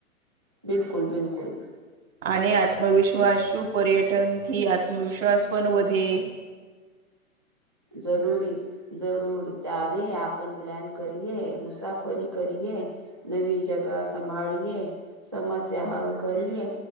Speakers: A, on the right; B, on the right.
A: બિલકુલ, બિલકુલ.
B: આને આત્મવિશ્વાસશું પર્યટનથી આત્મવિશ્વાસ પન વધે.
A: જરૂરી જરૂર, ચારે આપન પ્લાન કરીએ, મુસાફરી કરીએ નવી જગા સંભાળીએ, સમસ્યા હલ કરીએ.